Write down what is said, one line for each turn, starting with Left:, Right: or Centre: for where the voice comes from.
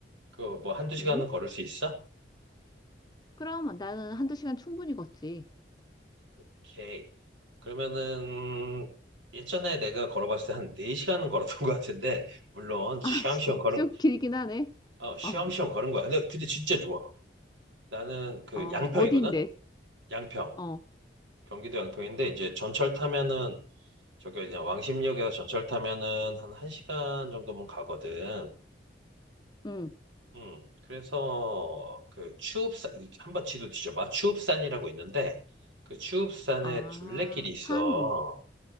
Right: 그 뭐 한두 시간은
Left: 응?
Right: 걸을 수 있어?
Left: 그럼 나는 한두 시간 충분히 걷지.
Right: 오케이. 그러면은 예전에 내가 걸어봤을 때 한 4시간은 걸었던 것 같은데 물론
Left: <laughs>
Right: 쉬엄쉬엄
Left: 아, 진짜
Right: 걸은
Left: 좀 길긴 하네.
Right: 어 쉬엄쉬엄
Left: 어,
Right: 걸은 거야. 근데 근데 진짜 좋아. 나는 그
Left: 어,
Right: 양평이거든.
Left: 어딘데?
Right: 양평.
Left: 어,
Right: 경기도 양평인데 이제 전철 타면은 저기 그냥 왕십리역에서 전철 타면은 한 1시간 정도면 가거든.
Left: 응.
Right: 음. 그래서 그 추읍산 한번 지도 뒤져봐. 추읍산이라고 있는데 그 추읍산에
Left: 아,
Right: 둘레길이 있어.
Left: 산.